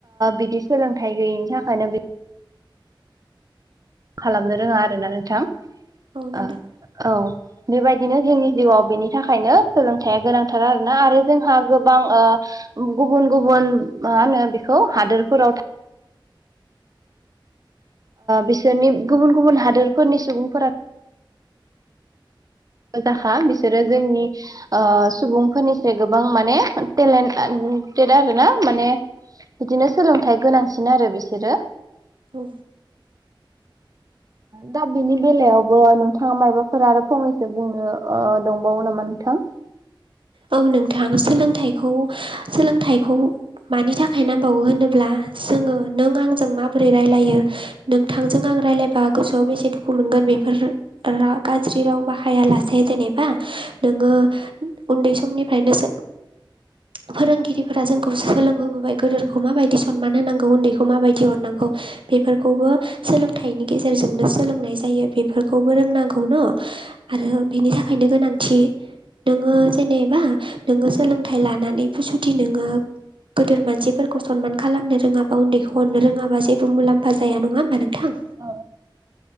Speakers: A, on the right; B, on the right.
A: बिदि सोलोंथाइ गैयिनि थाखायनो बि खालामनो रोङा आरोना नोंथां
B: औ नोंथां
A: औ बेबायदिनो जोंनि जिउआव बेनि थाखायनो सोलोंथाइया गोनांथार आरोना आरो जोंहा गोबां गुबुन गुबुन मा होनो बेखौ हादोरफोराव थ बिसोरनि गुबुन गुबुन हादोरफोरनि सुबुंफोरा जाखा बिसोरो जोंनि सुबुंफोरनिस गोबां माने टेलेन्ट दे आर ना माने बिदिनो सोलोंथाइ गोनांसिन आरो बिसोरो
B: औ।
A: दा बिनि बेलायावबो नोंथाङा मायबाफोरा आरो फंनै बुंनो दंबावो नामा नोंथां।
B: औ नोंथां सोलोंथाइखौ सोलोंथाइखौ मानि थाखाय नांबावो होनोब्ला जोङो नों आंजों माबोरै रायलायो नोंथांजों आं आं रायलायबा गोसोआव बेसे दुखु मोनगोन बेफोर गाज्रि राव बाहायालासे जेनेबा नोङो उन्दै समनिफ्रायनोसो फोरोंगिरिफोरा जोंखौ सोलोंहबोबाय गोदोरखौ माबायदि सनमान होनांगौ उन्दैखौ माबायदि अननांगौ। बेफोरखौबो सोलोंथाइनि गेजेरजोंनो सोलोंनाय जायो बेफोरखौबो रोंनांगौ न' आरो बेनि थाखायनो गोनांथि नोङो जेनेबा नोङो सोलोंथाइ लानानै फसुथि नोङो गोदोर मानसिफोरखौ सनमान खालामनो रोङाबा उन्दैखौ हरनो रोङाबा जेबो मुलाम्फा जाया नङा होमबा नोंथां।
A: औ